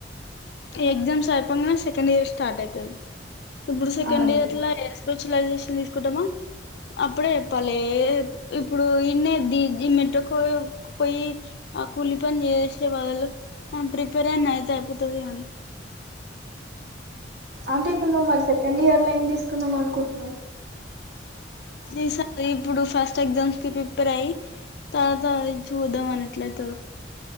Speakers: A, on the left; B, on the right.
A: ఎగ్జామ్స్ సరిపో సెకండ్ ఇయర్ స్టార్ట్ అవుతుది ఇప్పుడు సెకండ్
B: అదే
A: ఇయర్లా స్పెషలైజేషన్ తీసుకుంటామా అప్పుడే చెప్పలేి ఇప్పుడు ఇన్న ద మెట్్రోకో పోయి ఆ కూలి పని చేసేసే బదులు ప్రిపేర్ అయిన అయితే అయిపోతుంది కానీ
B: అంటే ఇప్పుడు నువ్వు మరి సెకండ్ ఇయర్ లో ఏమి తీసుకుందాం అనుకుంటున్నా్
A: అసారు ఇప్పుడు ఫస్ట్ ఎగ్జామ్స్ కి ప్రిపేర్ అయి తాలా త చూద్దాం అనట్లయితే